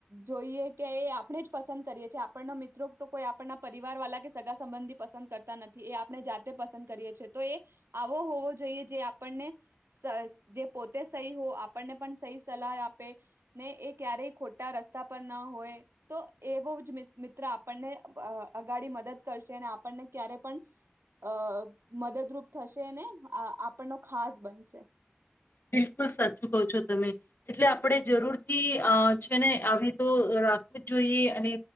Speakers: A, on the right (about 80°); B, on the left (about 60°).
A: જોઈએ કે એ આપણે જ પસંદ કરીએ છીએ આપણનો મિત્રો તો કોઈ આપણના પરિવારવાલા કે સગા સંબંધી પસંદ કરતા નથી એ આપણે જાતે પસંદ કરીએ છે તો એ આવો હોવો જોઈએ જે આપણને સ જે પોતે સહી હો આપણને પણ સહી સલાહ આપે ને એ ક્યારેય ખોટા રસ્તા પર ના હોય તો એવો જ મિ મિત્ર આપણને અ અગાડી મદદ કરશે અને આપણને ક્યારે પણ અ મદદરૂપ થશે ને આપણનો ખાસ બનશે.
B: બિલકુલ સાચું કહો છો તમે એટલે આપણે જરૂર થી અ છે ને આવી તો રાખવું જ જોઈએ અને